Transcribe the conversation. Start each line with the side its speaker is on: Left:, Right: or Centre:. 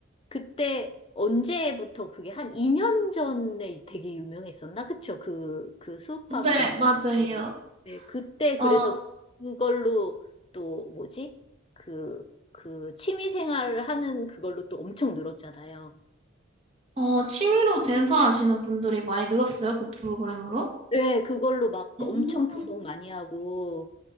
Left: 그때 언제부터 그게 한 2년 전에 되게 유명했었나? 그쵸? 그, 그 수우파
Right: 네,
Left: 그,
Right: 맞아요.
Left: 네, 그때 그래서
Right: 어,
Left: 그걸로 또 뭐지? 그, 그 취미생활 하는 그걸로 또 엄청 늘었잖아요.
Right: 어, 취미로 댄서 하시는 분들이 많이 늘었어요, 그 프로그램으로.
Left: 네, 그걸로 막 엄청
Right: 음,
Left: 등록 많이 하고,